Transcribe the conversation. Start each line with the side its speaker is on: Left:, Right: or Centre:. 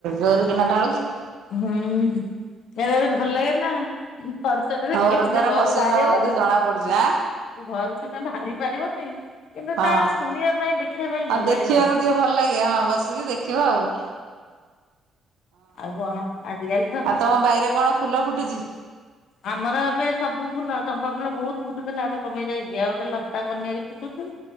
Right: ଜର କିନା ଢାଳୁଛି
Left: ହୁଁ ଖେଳ ବି ଭଲ ଲାଗେ ନା ପଷ
Right: ଘର
Left: କିଛି
Right: ଦ୍ୱାର
Left: ନା ଘରୁ
Right: ଭସେଇ
Left: ବାହାରି
Right: ନବ
Left: ହବନି
Right: ବୋଧେ ଜଣା ପଡୁଛି ଆଁ
Left: ଘରୁ ସିନା ବାହାରି ପାରିବନି କିନ୍ତୁ
Right: ହଁ
Left: ତା ଶୁଣିବା ପାଇଁ ଦେ ଶଖିବା ପାଇଁ
Right: ଆଉ
Left: ଭଲ
Right: ଦେଖିବାକୁ
Left: ଲାଗେ ବର୍ସିିନ
Right: ଟିକେ ଭଲ ଲାଗେ ହଁ ବସିକି ଦେଖିବ ଆଉ ହଁ।
Left: ହ ଆଉ କଣ ଆଜିକାଲି ତ
Right: ଆଉ ତମ ବାଇରେ କଣ ଫୁଲ ଫୁଟିଛି
Left: ଆମର ଏବେ ସବୁ ଫୁଲ ଚମ୍ପା ଫୁଲ ବହୁତ ଫୁଟୁଥିଲା ଏବେ କମେଇ ଯାଇଛି ଆଉ ଗୋଟେ ଲସ୍ତା କନିଆୀ ଫୁଟୁଛି